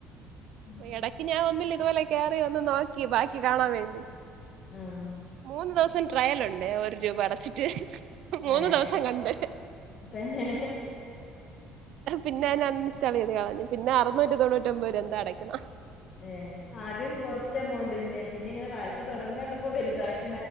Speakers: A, on the left; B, on the right.
A: ഉം
B: ഇടക്ക് ഞാൻ ഒന്നില്ല ഇതുപോലെ കേറി ഒന്ന് നോക്കി ബാക്കി കാണാൻ വേണ്ടി
A: ആഹ്
B: മൂന്ന് ദിവസം ട്രയല ഉണ്ട് ഒരു രൂപ അടച്ചിട്ട് മൂന്ന്
A: ഏഹ്
B: ദിവസം കണ്ട്
A: തന്നെ
B: പിന്നെ ഞൻ അൺ ഇൻസ്റ്റാൾ ചെയ്ത് കളഞ്ഞു പിന്നെ അറുുന്നൂറ്റി തൊണ്ണൂറ്റി ഒമ്പത്ര് എന്താടക്ക
A: ഏ ആദ്യം കൊറച്ച് എമൗണ്ട്ണ്ട് പിന്നെ ഇങ്ങനെ വായിച്ച തുടങ്ങണ്ടപ്പോ വലുതായിട്ട്